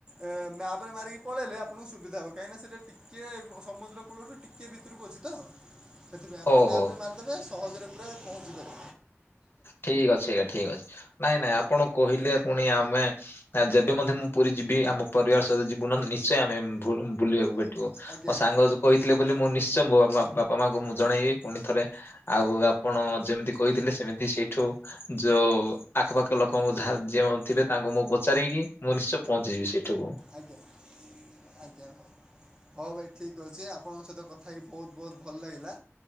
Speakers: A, on the right; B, on the left.
A: ଏ ମ୍ୟାପ୍ ରେ ମାରିକି ପଳେଇଲେ ଆପଣଙ୍କୁ ସୁବିଧା ହବ, କାଇଁନା ସେଟା ଟିକେ ଅ ସମୁଦ୍ର କୂଳଠୁ ଟିକେ ଭିତରକୁ ଅଛି ତ, ସେଥିପାଇଁ ଆପଣ
B: ଓହୋ।
A: ମ୍ୟାପ୍ ରେ ମାରିଦେବେ ସହଜରେ ପୁରା ପହଞ୍ଚି ପାରିବେ।
B: ଠିକ୍ ଅଛି ଆଜ୍ଞା ଠିକ୍ ଅଛି ନାଇଁ ନାଇଁ ଆପଣ କହିଲେ, ପୁଣି ଆମେ ଆ ଯେବେ ମଧ୍ୟେ ମୁଁ ପୁରୀ ଯିବି, ଆମ ପରିବାର ସହିତ ଯିବୁ ନହେଲେ ନିଶ୍ଚୟ ଆମେ ବୁ ବୁଲିବାକୁ ଭେ <unintelligible>
A: ଆଜ୍ଞା
B: ମୋ ସାଙ୍ଗ ଯୋଉ କହିଥିଲେ ବୋଲି, ମୁଁ ନିଶ୍ଚୟ ମୋ ମା ବାପା ମାଙ୍କୁ ମୁଁ ଜଣେଇବି। ପୁଣି ଥରେ ଆଉ ଆପଣ ଯେମିତି କହିଥିଲେ, ସେମିତି ସେଇଠୁ ଯୋଉ ଆଖପାଖ ଲୋକଙ୍କୁ ଧା ଯେଉଁ ଥିବେ ତାଙ୍କୁ ମୁଁ ପଚାରିକି, ମୁଁ ନିଶ୍ଚୟ ପହଞ୍ଚିଯିବି ସେଇଠିକୁ।
A: ଆଜ୍ଞା ଆଜ୍ଞା ହଉ ହଉ ଭାଇ ଠିକ୍ ଅଛି, ଆପଣଙ୍କ ସହିତ କଥା ହେଇ ଭଉତ ଭଉତ ଭଲ ଲାଗିଲା।